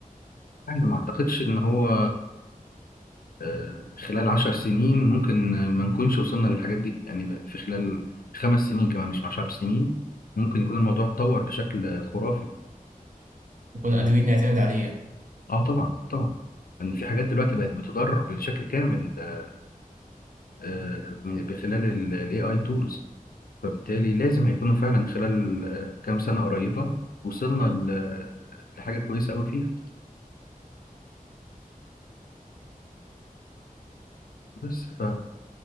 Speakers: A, on the left (about 75°); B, on the right (about 60°).
A: انا ما اعتقدش ان هو آه، خلال عشر سنين ممكن ما نكونش وصلنا للحاجات دي يعني بقى في خلال خمس سنين كمان مش عشر سنين ممكن يكون الموضوع اتطور بشكل خرافي
B: نكون قادرين
A: أنا-
B: نعتمد عليه يعني
A: اه طبعا آه طبعا ان في حاجات دلوقتي بقت بتضرب بشكل كامل آه، آه، من- بخلال الاي اي تولز فبالتالي لازم هيكونوا فعلا خلال آه، كام سنة قريبة وصلنا ل- لحاجة كويسة أوي فيها بس ف